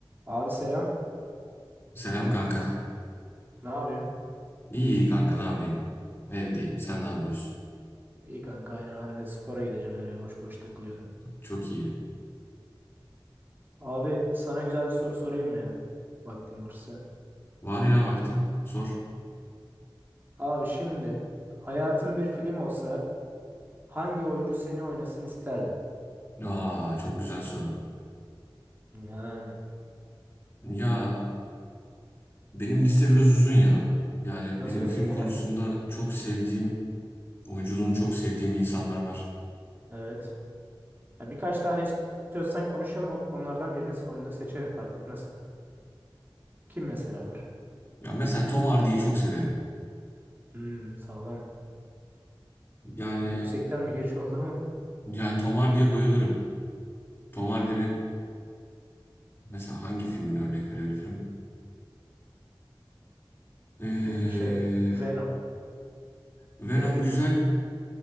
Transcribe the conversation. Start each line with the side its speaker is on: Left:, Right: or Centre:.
Right: Abi selam.
Left: Selam kanka.
Right: Ne yapıyorsun?
Left: İyi kanka ne yapayım? Evdeyim. Sen ne yapıyorsun?
Right: İyi kanka aynı ben de spora gideceğim öyle boş boş takılıyordum.
Left: Çok iyi.
Right: Abi sana güzel bir soru sorayım mı ya? Vaktim varsa.
Left: Var ya vaktim. Sor.
Right: Abi şimdi hayatın bir film olsa hangi oyuncu seni oynasın isterdin?
Left: Aa çok güzel soru.
Right: Yani
Left: Ya benim liste biraz uzun ya. Yani
Right: nasıl
Left: benim
Right: olsun
Left: film
Right: ya?
Left: konusunda çok sevdiğim, oyunculuğunu çok sevdiğim insanlar var.
Right: <laughs> Evet. Ya birkaç tane istiyorsan konuşalım o- onlardan birini sonunda seçerim fark etmez. Kim mesela var?
Left: Ya mesela Tom Hardy'yi çok severim.
Right: Hmm, sağlam.
Left: Yani
Right: Yüksekten bir giriş oldu ama
Left: yani Tom Hardy'ye bayılırım. Tom Hardy'nin mesela hangi filmini örnek verebilirim? Ee,
Right: bu şey Venom
Left: Venom
Right: tek bildiğim.
Left: güzel.